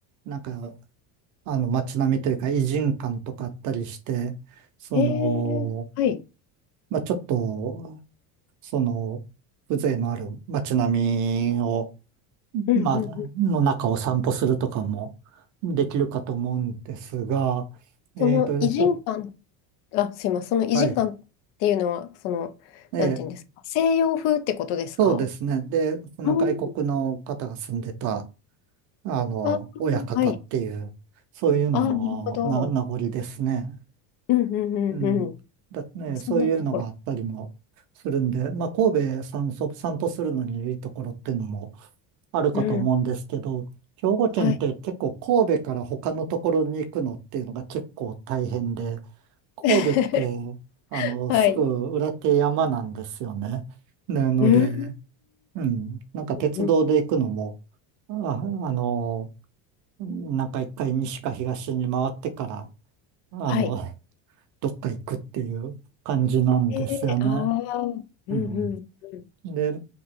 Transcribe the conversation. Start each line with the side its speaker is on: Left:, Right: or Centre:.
Right: なんか、あの、街並みというか、異人館とかあったりして、その、
Left: へえ、はい。
Right: まあ、ちょっと、その、風情のある街並みを、
Left: うんうんうん。
Right: まあ、の中を散歩するとかもできるかと思うんですが、えっと、
Left: その異人感、
Right: ひょ
Left: あ、すいません、その異人感っていうのは、
Right: はい。
Left: その、
Right: ええ、
Left: なんていうんですか、西洋風ってことですか
Right: そうですね。で、その外国の方が住んでた、
Left: うん
Right: あの、
Left: あ、
Right: 親方っていう、
Left: はい。
Right: そういうののな名残ですね。
Left: あ、なるほど。うんうんうんうん。
Right: うん。だね、
Left: あ、そんなところ。
Right: そういうのがあったりもするんで、まあ、神戸散歩、散歩するのにいいところっていうのもあるかと思うんですけど、
Left: うん。
Right: 兵庫県って結構神戸から他のところに行くのっていうのが結構大変で、
Left: はい。
Right: 神戸っ
Left: <laughs>
Right: て、あの、
Left: はい。
Right: すぐ裏手山なんですよね。なので、
Left: うん。
Right: うん、なんか鉄道で行くのも、
Left: うん
Right: あ、あの、なんか一回西か東に回ってから、あの、
Left: はい。
Right: どっか行くっていう感じなんですよね。
Left: えーああうんうんうん。
Right: うん。で、